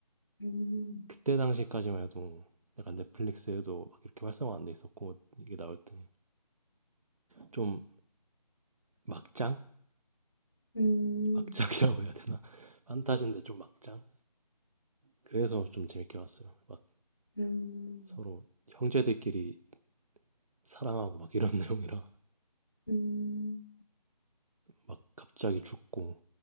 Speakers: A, on the left (about 35°); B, on the right (about 55°).
A: 음,
B: 그때 당시까지만 해도 약간 넷플릭스에도 막 이렇게 활성화 안 돼 있었고 이게 나올 때 좀 막장?
A: 음.
B: 막장이라고 해야 되나? <laughs> 판타지인데 좀 막장? 그래서 좀 재밌게 봤어요. 막
A: 음,
B: 서로 형제들끼리 사랑하고 막 이런 <laughs> 내용이라
A: 음,
B: 막 갑자기 죽고